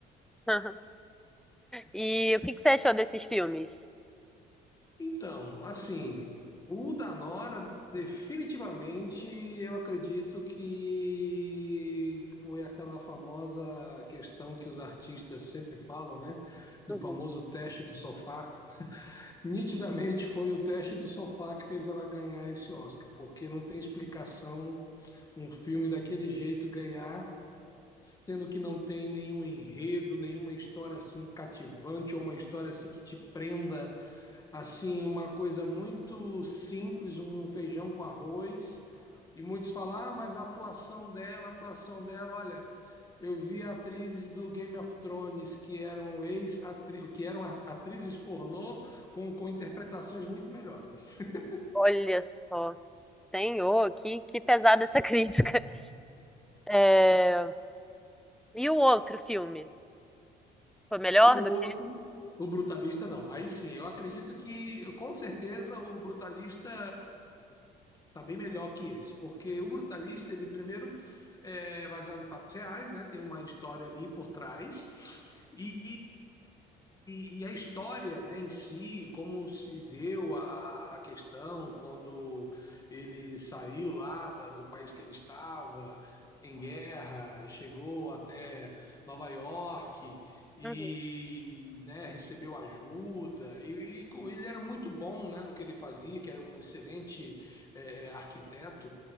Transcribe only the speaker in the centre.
Aham. E o que que você achou desses filmes?
Uhum.
Olha só. Senhor, que, que pesada essa <laughs> crítica. É, E o outro filme? Foi melhor
do que esse?
Uhum,